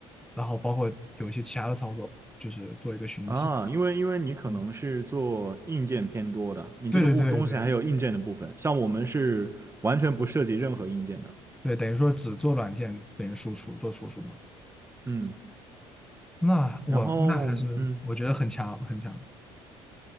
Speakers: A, in the centre; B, on the right (about 20°).
A: 然后包括有一些其他的操作，就是做一个寻迹。
B: 啊，因为因为你可能是做硬件偏多的，
A: 嗯，
B: 你这个部东西还有硬件的部分，
A: 对对对对
B: 像我们是完全不涉及任何硬件的，
A: 对，等于说只做软件等于输出做输出嘛。
B: 嗯，
A: 那我那还是我觉得很强很强，
B: 然后嗯，